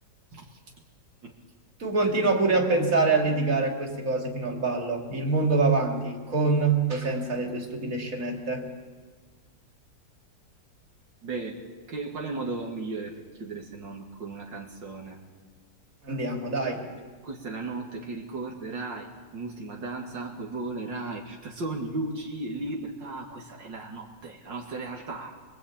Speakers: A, on the right (about 80°); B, on the right (about 45°).
A: <laughs>
B: Tu continua pure a pensare e a litigare a queste cose fino al ballo. Il mondo va avanti, con o senza le tue stupide scenette.
A: Beh, che- qual è il modo migliore per chiudere se non con una canzone?
B: Andiamo, dai.
A: Questa è la notte che ricorderai, un'ultima danza, poi volerai, tra sogni, luci e libertà. Questa è la notte, la nostra realtà.